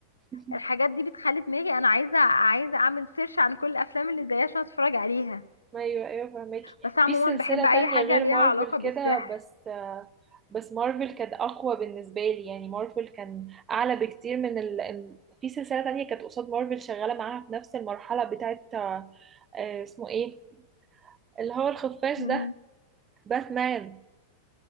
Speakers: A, on the right; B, on the left.
A: <laughs>
B: الحاجات دي بتخلي دماغي انا عايزه عايزه اعمل سيرش عن كل الافلام اللي زيها عشان اتفرج عليها
A: ايوه ايوه فهماكي
B: بس عموما
A: في سلسله
B: بحب اي
A: تانية
B: حاجه
A: غير
B: ليها
A: مارفل
B: علاقه بالسحر
A: كده بس آه، بس مارفل كانت اقوى بالنسبه لي يعني مارفل كان اعلى بكتير من ال... ال- في سلسله تانية كانت قصاد مارفل شغاله معاها في نفس المرحله بتاعت آه، آه، اسمه ايه اللي هو الخفاش
B: مين
A: ده باتمان